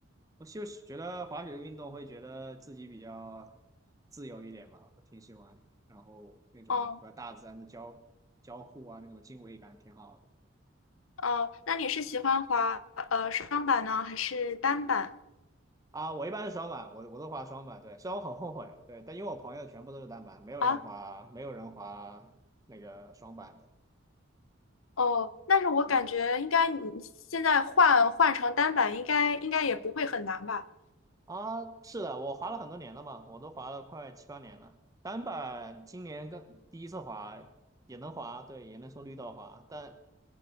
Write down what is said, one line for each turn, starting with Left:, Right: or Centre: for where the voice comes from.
Right: 我就是觉得滑雪这个运动会觉得自己比较自由一点吧，我挺喜欢的。然后那种和大自然的交交互啊，
Left: 哦，
Right: 那种敬畏感挺好的。
Left: 哦，那你是喜欢滑呃双板呢，还是单板
Right: 啊，我一般是双板，我我都滑双板，对，虽然我很后悔，对，但因为我朋友全部都是单板，没有人滑，
Left: 啊？
Right: 没有人滑那个双板的，
Left: 哦，但是我感觉应该你现在换换成单板，
Right: 对，
Left: 应该应该也不会很难吧？
Right: 啊，是的，我滑了很多年了嘛，我都滑了快七八年了。单板今年刚第一次滑，也能滑，对，也能从绿道滑，但